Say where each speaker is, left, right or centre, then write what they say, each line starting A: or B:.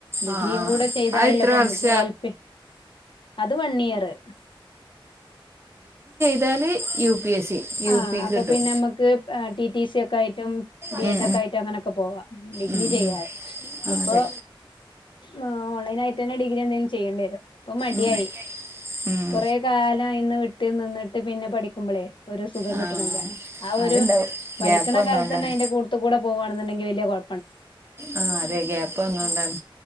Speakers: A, on the left; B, on the right.
A: ഡിഗ്രിയും
B: ആ ആ
A: കൂടെ ചെയ്താലല്ലേ
B: അത് ഇത്ര
A: ഇപ്പ നമ്മുക്ക്
B: വർഷ
A: എൽ പി അത് വൺ ഇയറ്
B: താല് യു പി എസ് സി യു
A: ആ
B: പി
A: അപ്പൊ
B: കിട്ടും
A: പിന്നെ നമുക്ക് ടി ടി സി ഒക്കെ ആയിട്ടും ബി
B: ഉം
A: എഡ ഒക്കെ ആയിട്ട് അങ്ങനൊക്കെ പോവാാം ഡിഗ്രി
B: ഉം ഉം
A: ചെയ്യാെ
B: ഉം ആ
A: ഇപ്പൊ
B: അതെ
A: ആ ഓൺലൈ ആയിട്ട്ന്നെ ഡിഗ്രി എന്തേലും ചെയ്യണ്ട വരോ ഇപ്പൊ മടിയായി
B: ഉം ഉം
A: കൊറേ കാലം അന്ന് വിട്ട് നിന്നിട്ട് പിന്നെ പഠിക്കുമ്പോളേ ഒരു സുഖം
B: ആ
A: കിട്ടണില്ല ആ ഒരു
B: അതുണ്ടാവും
A: പഠിക്കണ
B: ഗ്യാപ്പ് വന്നോണ്ടാണ്
A: കാലത്ത് തന്നെ അതിന്റെ കൂടുത്ത കൂടെ പോുകവാണെന്നുണ്ടെങ്കിൽ അ വ
B: ആ അതെ ഗ്യാപ്പ് വന്നോണ്ടാണ്